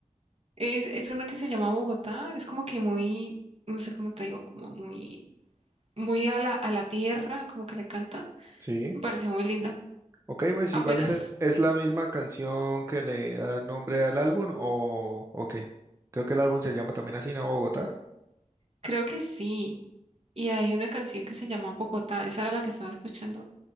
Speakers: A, on the right; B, on the right.
A: Es, es una que se llama Bogotá. Es como que muy, no sé cómo te digo, como muy, muy a la, a la tierra, como que le canta.
B: Sí.
A: Me pareció muy linda.
B: Ok, pues
A: Apenas,
B: igual es, es la misma canción que le da nombre al álbum o, o qué. Creo que el álbum se llama también así, ¿no? Bogotá.
A: creo que sí. Y hay una canción que se llama Bogotá. Esa era la que estaba escuchando.